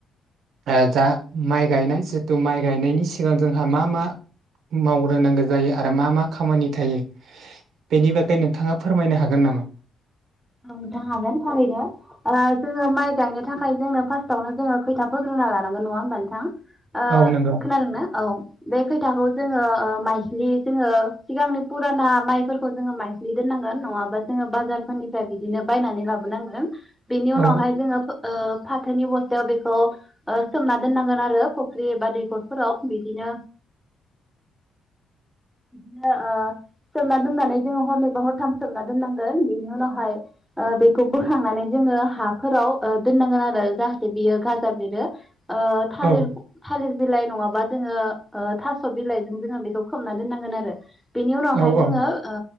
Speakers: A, on the right; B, in the centre.
A: ओ दा माइ गायनाय जिथु माइ गायनायनि सिगां जोंहा मा मा मावग्रोनांगौ जायो आरो मा मा खामानि थायो बेनि बागै नों थाङा फोरमायनो हागोन नामा?
B: नोंथां हागोन थारैनो ओ जोङो माइ गायनो थाखाय जोंनो फार्स्टआवनो जोङो खैथा फोग्रोना लानांगोन नङा होमबा नोंथां ओ
A: औ नंगौ
B: खोनादोंना औ बे खैथाखौ जोङो ओ माइस्लि जोङो सिगांनि पुराना माइफोरखौ जोङो माइस्लि दोननांगोन नङाबा जोङो बाजारफोरनि फ्राय बिदिनो बायनानै लाबोनांगोन बेनि
A: औ
B: उनावहाय जोङो फो ओ फाथोनि बस्थायाव बेखौ ओ सोमना दोननांगोन आरो फुख्रि बा दैखरफोराव बिदिनो बिदिनो ओ सोमना दोननानै जोङो हरनैबा हरथाम सोमना दोननांगोन बेनि उनाव हाय ओ बेखौ बोखांनानै जोङो हाफोराव ओ दोननांगोन आरो जाहाथे बियो गाजा बेरो। ओ थालिर
A: औ
B: थालिर बिलाइ नङाबा जोङो ओ थास बिलाइजों जोङो बेखौ खोबना दोननांगोन आरो। बेनि उनावहाय
A: औ औ
B: जोङो ओ